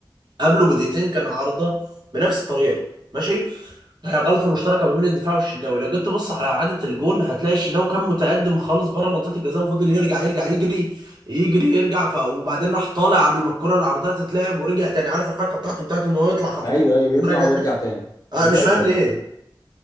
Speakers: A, on the right; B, on the left.
A: قبله بدقيقتين كان عارضه بنفس الطريقه ماشي هي غلطة مشتركة ما بين الدفاع والشناوي لو جيت تبص على إعادة الجون هتلاقي الشناوي كان متقدم خالص بره منطقة الجزاء وفضل يرجع يرجع يجري يجري يرجع ف... وبعدين راح طالع قبل ما الكرة العرضية تتلعب ورجع تاني عارف الحركة بتاعته بتاعت إن هو يطلع خطوتين
B: ايوه ايوه يطلع
A: وراجع
B: ويرجع
A: تاني
B: تاني
A: أنا
B: دي
A: مش
B: كارثه
A: فاهم ليه